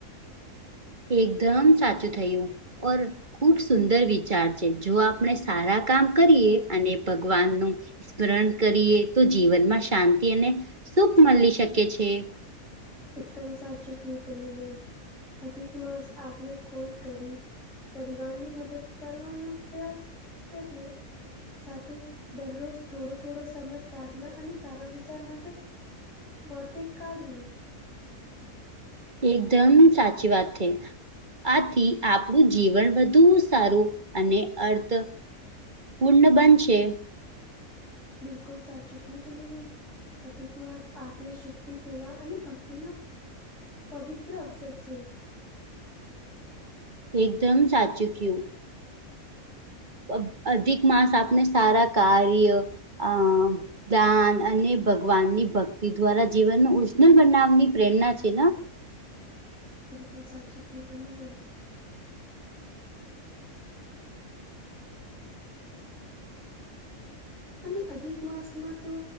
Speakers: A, on the right; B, on the left.
A: એકદમ સાચું થયું ઓર ખુબ સુંદર રીત વિચાર છે જો આપણે સારા કામ કરીએ અને ભગવાન નું સ્મરણ કરીએ તો જીવનમાં શાંતિ અને સુખ મળી શકે છે.
B: એકદમ સાચું કું તમે બેન અધિક માસ આપણે કોઈ ગરીબ પરિવારની મદદ કરવાનો પ્રયાસ કરીએ સાથે દરરોજ થોડો થોડો સમય પ્રાર્થના અને સારા વિચાર માટે માથે કાઢયએ
A: એકદમ સાચી વાત છે. આથી આપણું જીવન વધુ સારું અને અર્થ પૂર્ણ બંનશે.
B: બિલકુલ સાચું તોમે બેન. અધિકમાંસ આત્મશુદ્ધિ સેવા અને ભક્તિનો પવિત્ર અવસર છે.
A: એકદમ સાચું કયું અ અધિક માસ આપને સારા કાર્ય અ દાન અને ભગવાનની ભક્તિ દ્વારા જીવન ન ઉજર બનાવવાની પ્રેરણા છે.
B: બિલકુલ સાચુકીય તમે બેન. અને અધિક માસમાં તો